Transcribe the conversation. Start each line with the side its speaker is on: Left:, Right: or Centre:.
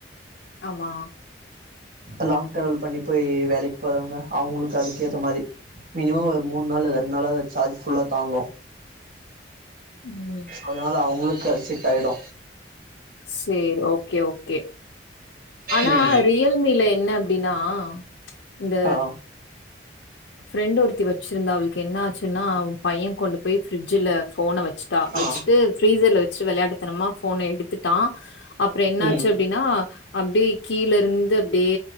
Left: ஆமா
Right: லாங் டிராவல் பண்ணி போய் வேலைக்கு போறவங்க அவங்களுக்கு அதுக்கு ஏத்த மாரி மினிமம் ஒரு மூணு நாள் ரெண்டு நாளாது சார்ஜ் ஃபுல்லா தாங்கு
Left: உம்
Right: அதனால அவுங்களுக்கு அது செட் ஆய்டு
Left: சேரி ஓகே ஓகே ஆனா
Right: ம்
Left: ரியல்மில என்ன அப்டின்னா இந்த
Right: ஆ
Left: ஃபிரெண்டு ஒருத்தி வச்சிருந்தா அவளுக் என்னாச்சு ன்னா பையன் கொண்டு போய் ஃபிரிட்ஜில ஃபோன வச்சுட்டா வச்சுட்டு
Right: ஆ
Left: ஃப்ரீசர்ல வச்சுட்டு விளையாட்டுத்தனமா ஃபோன எடுத்துட்டான் அப்றோ என்னாச்சு
Right: ம்
Left: அப்டினா அப்டியே கீழ இருந்து அப்டியே